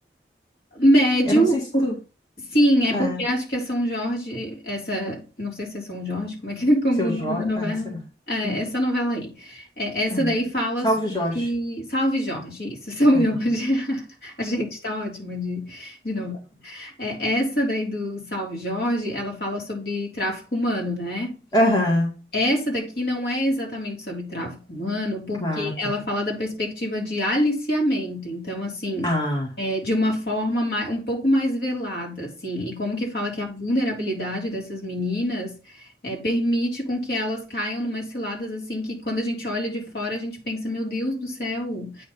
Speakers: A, on the left; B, on the left.
A: Médio,
B: Eu não sei se
A: por-
B: tu.
A: sim, é porque
B: É,
A: acho que é São Jorge, essa, não sei se é São Jorge, como é que <laughs> como
B: seu
A: o
B: Jorge.
A: nome da novela?
B: Ah, sei lá.
A: É,
B: Hum,
A: é essa novela aí. É, essa
B: aham.
A: daí fala
B: Salve
A: sobre
B: Jorge.
A: Salve Jorge, isso, <laughs> São
B: É.
A: Jorge. A gente tá ótima de, de novela. É, essa daí do Salve Jorge, ela fala sobre tráfico humano, né?
B: Aham.
A: Essa daqui não é exatamente sobre tráfico humano, porque
B: Ah,
A: ela
B: tá.
A: fala da perspectiva de aliciamento. Então, assim,
B: Ah,
A: é, de uma forma mai- um pouco mais velada, assim, e como que fala que a vulnerabilidade dessas meninas é, permite com que elas caiam numas ciladas, assim, que quando a gente olha de fora, a gente pensa, meu Deus do céu.